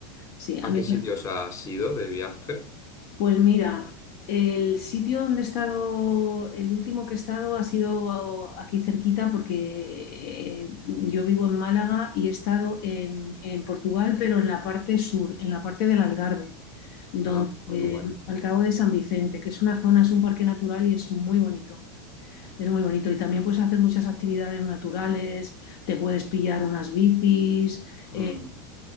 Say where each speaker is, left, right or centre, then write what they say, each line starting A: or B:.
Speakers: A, on the left; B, on the left.
A: sí. A
B: ¿A
A: mí,
B: qué sitios has ido de viaje?
A: pues mira, el sitio donde he estado, el último que he estado ha sido aquí cerquita porque eh, yo vivo en Málaga y he estado en en Portugal, pero en la parte sur, en la parte del Algarve donde
B: Ah, muy guay.
A: al cabo de San Vicente, que es una zona, es un parque natural y es muy bonito. Es muy bonito y también puedes hacer muchas actividades naturales, te puedes pillar unas bicis, eh,
B: Mm,